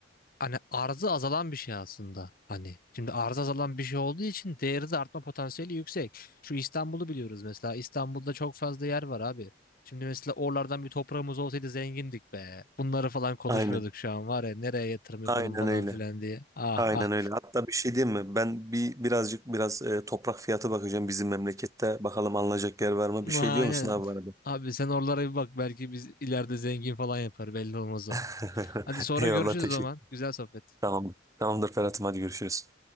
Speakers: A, on the left; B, on the right.
A: hani arzı azalan bir şey aslında. Hani şimdi arzı azalan bir şey olduğu için değeri de artma potansiyeli yüksek. Şu İstanbul'u biliyoruz mesela. İstanbul'da çok fazla yer var abi. Şimdi mesela oralardan bir toprağımız olsaydı zengindik be. Bunları falan konuşmuyorduk
B: Aynen.
A: şu an var ya. Nereye yatırım yapalım
B: Aynen
A: falan
B: öyle.
A: filan diye. Ah
B: Aynen
A: ah.
B: öyle. Hatta bir şey diyeyim mi? Ben bir birazcık biraz e, toprak fiyatı bakacağım bizim memlekette. Bakalım alınacak yer var mı? Bir şey
A: Aynen.
B: diyor musun abi bana?
A: Abi sen oralara bir bak belki biz ileride zengin falan yapar belli olmaz o.
B: <laughs>
A: Hadi sonra
B: Eyvallah
A: görüşürüz
B: teşekkür.
A: o zaman. Güzel sohbet.
B: Tamamdır. Tamamdır Ferhat'ım hadi görüşürüz.